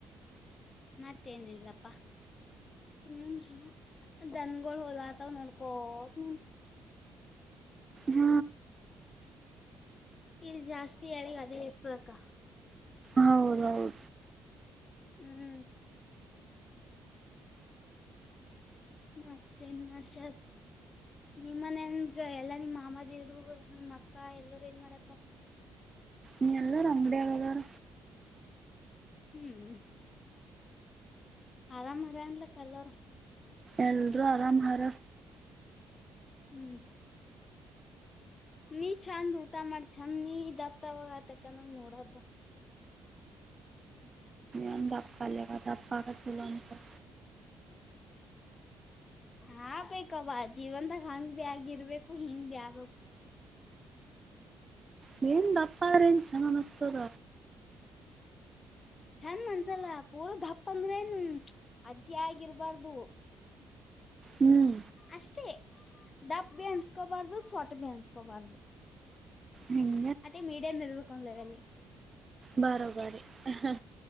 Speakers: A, on the left; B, on the right.
A: ಮತ್ತೇನಲಲ್ಲಪ್ಪ ಹ್ಮ್ ಜನ್ಗಳು ಹಲಾ ಅತಾವ ನೋಡ್ಕೋತ
B: ಹ್ಮ
A: ಇಲ್ ಜಾಸ್ತಿ ಹೇಳಿಗ್ ಅದೇ ಹೆಚಕ್ಕ.
B: ಹೌದೌದು.
A: ಹ್ಮ್ ಮತ್ತೇನ್ ಮಾಡ್ಸ ನಿಮ್ಮನನ್ ಎಲ್ಲಾ ನಿಮ್ಮ್ ಮಾಮದೇರು ನಿಮ್ಮ್ ಅಕ್ಕ ಎಲ್ಲರು ಏನ್ ಮಾಡತ್ತಾರ.
B: ನೀ ಎಲ್ಲರೂ ಅಂಗಡಾಗದಾರ.
A: ಹ್ಮ್ ಆರಾಮದಾನಲ್ಲಕ್ಕ ಎಲ್ಲರು.
B: ಎಲ್ರೂ ಆರಾಮಾರ.
A: ಹ್ಮ್ ನೀ ಚಂದ್ ಊಟ ಮಾಡ ಚಂದ್ ನೀ ದಪ್ತಾವಾಗ ಆತಕಂದಂಗ ನೋಡದು.
B: ಅಂದ ಅಪ್ಪಾಲ್ಲ ಬ ಅಪ್ಪಾ <unintelligible>
A: ಹಾ ಬೈಕಬ ಜೀವನ್ದಾಗ ಹಂಗ್ ಭ್ಯಾ ಆಗಿರ್ಬೇಕು ಹಿಂಗ್ ಭ ಆಗ್ಬೇಕು.
B: ನೀ ದಪ್ಪ ಆದ್ರೆ ಚಲೋ ಅನಿಸ್ತದ.
A: ಚಂದ ಅಂದ್ಸಲ ಪೂರ್ದ್ಪ್ ಅಂದ್ರ ನ್ ಅತಿಯಾಗಿರ್ಬಾರ್ದು.
B: ಹ್ಮ್
A: ಅಷ್ಟೇ ದಪ್ಪ ಬಿ ಅನ್ಸ್ಕೋಬಾರ್ದು ಸೊಟ ಭಿ ಅನ್ಸ್ಕೋಬಾರ್ದು.
B: ಹ್ಮ್
A: ಅದೇ ಮೀಡಿಯಂ ಇರಬೇಕಂದ್ರಲ್ಲಿ.
B: ಬರೋಬರಿ ಹ್ಮ.